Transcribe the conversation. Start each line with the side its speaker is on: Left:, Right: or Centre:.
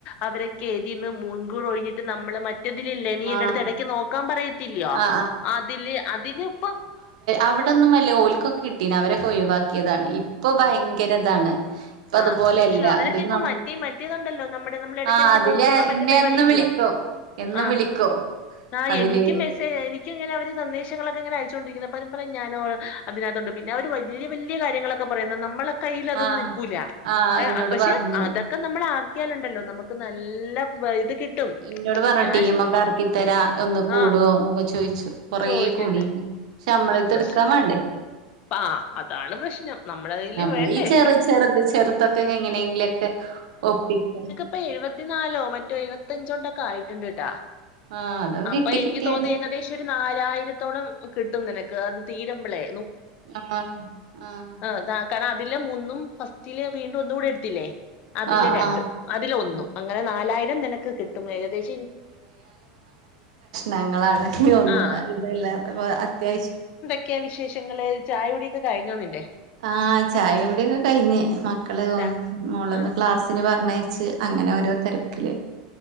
Left: അവരൊക്കെ എതിന്ന് മുൻകൂർ ഒഴിഞ്ഞിട്ട് നമ്മൾ മ റ്റതിലില്ലേ നീ എന്റെടുത്ത്
Right: ആഹ്
Left: ഇടയ്ക്ക് നോക്കാൻ പറയത്തില്ലോ
Right: ആഹ്
Left: അതില് അതില പ്പ.
Right: അവിടെന്നും വല്ല ഓൽക്കൊക്കെ കിട്ടീണ് അവരൊക്കെ ഒഴിവാക്കിയതാണ്. ഇപ്പൊ ഭയങ്കര
Left: ആ
Right: ഇതാണ് ഇപ്പ
Left: ആ
Right: അതുപോലെയല്ല
Left: പക്ഷെ അവരൊക്കെ
Right: ഇത്
Left: ഇപ്പൊ
Right: ന
Left: മറ്റേ മറ്റേതുണ്ടല്ലോ നമ്മുടെ നമ്മൾ ഇടയ്ക്കിടയ്ക്ക്
Right: ആഹ് അതില്
Left: നോക്കുന്ന മറ്റേ
Right: ഇന്നെ
Left: പരിപാടിയില്ലയോ
Right: എന്നും വിളിക്കും എന്നും
Left: ആ
Right: വിളിക്കും.
Left: ആഹ്
Right: അതില്
Left: എനിക്ക് മെസ്സേജ എനി. ക്ക് ഇങ്ങനെ അവര് സന്ദേശങ്ങളൊക്കെ ഇങ്ങന അയച്ചൊണ്ടിരിക്കുന്നത് അവരം പറ ഞാനോ അതിനകതുണ്ട് പിന്നെ അവര് വലിയ വലിയ കാര്യങ്ങളെ. ക്കെ പറയുന്ന നമ്മളെ കയ്യിൽ അതൊന്നും
Right: ആഹ്
Left: നിക്കൂല
Right: ആഹ്
Left: ഏഹ്
Right: ഇന്നോട്
Left: പക്ഷെ
Right: പറഞ്ഞു
Left: അതൊക്കെ. ഒക്കെ നമ്മൾ ആക്കിയാലുണ്ടല്ലോ നമുക്ക് നല്ല ഇത്. കിട്ടും
Right: ഇന്നോട് പറഞ്ഞു
Left: ക്യാഷും
Right: ടീമൊക്കെ ആർക്കി തരാ ഒന്ന് കൂടുവോ
Left: ആഹ്
Right: എന്നൊക്കെ ചോയിച്ചു കൊറേ
Left: ചോദിക്കണ്ട്
Right: കൂടിക്ക്ണ്. ശമ്മളത്തെ
Left: പക്ഷെ
Right: എടുക്കാൻ വേണ്ടേ.
Left: ആഹ് അതാണ് പ്രശ്നം. നമ്മുടെ കയ്യില്
Right: നമ്മള
Left: വേണ്ടേ
Right: ഈ ചെറു ചെറുത് ചെറുതൊക്കെ എങ്ങനെയെങ്കിലും ഒക്കെ ഒപ്പിക്കാൻ.
Left: അപ്പൊ എഴുപത്തിനാലോ മറ്റോ എഴുപത്തഞ്ചോണ്ടൊക്കെ ആയിട്ടുണ്ട് ട്ടാ.
Right: ആഹ് അതൊക്കെ
Left: അപ്പൊ
Right: കിട്ടി
Left: എനിക്ക്
Right: കിട്ടിയാല്
Left: തോന്ന ഏകദേശം. ഒരു നാലായിരത്തോളം കിട്ടും നിനക്ക് അത് തീരുമ്പളേ.
Right: ആഹ് ആഹ്.
Left: അത കാരണം അതില് മൂന്നും ഫസ്റ്റില് വീണ്ടും ഒന്നൂടി എടുത്തില്ലേ? അതില്
Right: ആഹ്
Left: രണ്ടും
Right: ആഹ്
Left: അതില ഒന്നും
Right: ഉം
Left: അങ്ങനെ നാലായിരം നിനക്ക് കിട്ടും ഏകദേശം.
Right: ഞങ്ങളാണ് ഇന്ന് ഒന്ന്
Left: ആഹ്
Right: ഇതല്ലാ അത്യാവശ്യം.
Left: ക്ക വിശേഷങ്ങള് ചായൂടിയൊക്കെ കഴിഞ്ഞോ നിന്റെ?
Right: ആഹ് ചായ
Left: ഒക്കെ
Right: കൂടിയോക്കെ കഴിഞ്ഞ് മക്കള്
Left: ച
Right: മോളന്ന്
Left: ആഹ്
Right: ക്ലാസ്സിന് പറഞ്ഞയച്ച്. അങ്ങനെ ഓരോ തെരക്കില്.